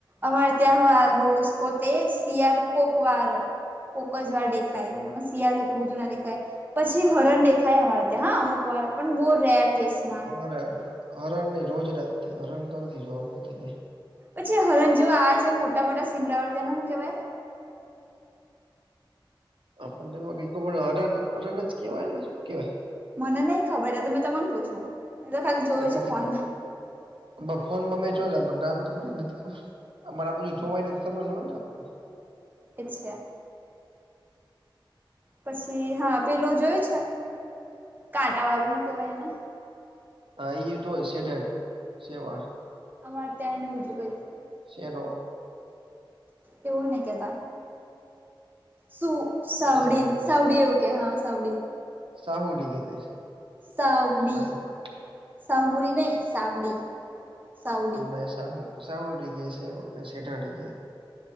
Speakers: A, on the right; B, on the right.
A: અમારે ત્યાં હહ આ રોશ. કો તે શિયાળ કોક વાર કોક જ વાર દેખાય ના શીયાળ એટલું બધું ના દેખાય. પછી હરણ દેખાય અમારે ત્યાં હા અમુક વાર પણ બોહ રેર કેસમાં.
B: અરે હરણ નહી રોજ રા હરણ તો નથી જોવા મળત જે.
A: પછી હરણ જેવુ આ છે, મોટા-મોટા સિંગડાવાળુ એને હું કેવાય?
B: આપણને એમાં કઈ ખબર હરણ હરણ જ કેવાયને શું કેવાય?
A: મને નઈ ખબર એ તો મેં તમન પૂછું. મેં તો ખાલી જોયું
B: એ નથી
A: છે ફોનમાં
B: ખબર. ફ-ફોનમાં મેં જોયેલા મન નામ તો મને અમાર આ બધું જોવાયને ખબર ન હોયને આપડને.
A: <unintelligible> શે. પછી હા, પેલું જોયું છે કાંટા વાળું હુ કેવાય એને?
B: હઅ, ઈ યુ તો એસેટેડ સેવાળ.
A: અમાર ત્યાં એને બીજું કઈ કે.
B: સેલો
A: એવું નઈ કેતા. શું સાઉડી
B: શેઢાડી,
A: સાઉડી એવું કે હા, સાઉડી.
B: સાહુડી કેતા હશે.
A: સાઉડી
B: સાહુડી
A: સાહુડી નઈ સાવડી સાવડી.
B: તે શાહુ સાહુડી કે છે રો સેઠાડી કે.